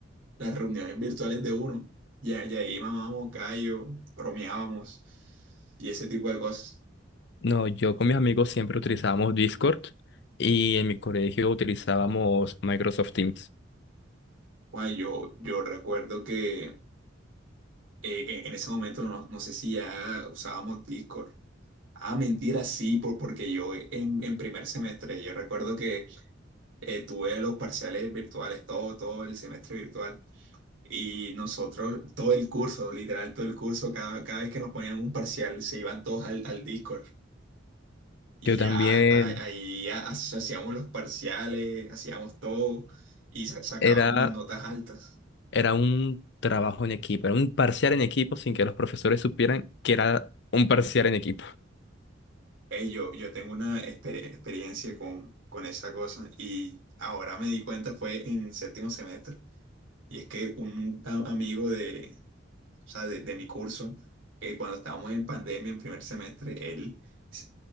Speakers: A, on the right; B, on the left.
A: las reuniones virtuales de uno. Ya, ya ahí mamábamos callo, bromeábamos y ese tipo de cosas.
B: No, yo con mis amigos siempre utilizábamos Discord y en mi colegio utilizábamos Microsoft Teams.
A: Bueno, yo, yo recuerdo que eh, eh, en ese momento no, no sé si ya usábamos Discord. Ah, mentira, sí, por, porque yo en, en primer semestre, yo recuerdo que eh, tuve los parciales virtuales, todo, todo el semestre virtual. Y nosotros, todo el curso, literal, todo el curso, cada, cada vez que nos ponían un parcial, se iban todos al, al Discord. Y
B: Yo
A: ya
B: también
A: a- ahí ha- hacíamos los parciales, hacíamos todo y sa- sacábamos
B: era,
A: notas altas.
B: era un trabajo en equipo, era un parcial en equipo sin que los profesores supieran que era un parcial en equipo.
A: Eh, yo, yo tengo una exper- experiencia con, con esa cosa y ahora me di cuenta fue en séptimo semestre. Y es que un a- amigo de, o sea, de, de mi curso, eh, cuando estábamos en pandemia en primer semestre, él se,